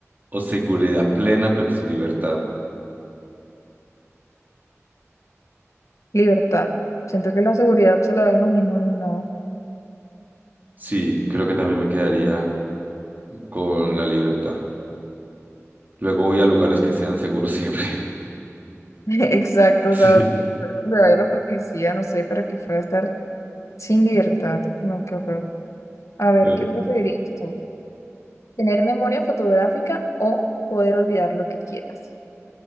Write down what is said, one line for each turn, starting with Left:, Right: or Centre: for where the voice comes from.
Right: o seguridad plena pero sin libertad?
Left: Libertad. Siento que la seguridad se la da uno mismo, ni modo.
Right: Sí, creo que también me quedaría con la libertad. Luego voy a lugares que sean seguros siempre. <laughs>
Left: <laughs> Exacto,
Right: Sí.
Left: o sea, de ver la policía, no sé, para qué fue estar Sin libertad, no, qué horror. A ver,
Right: no.
Left: ¿qué preferirías tú? ¿Tener memoria fotográfica o poder olvidar lo que quieras?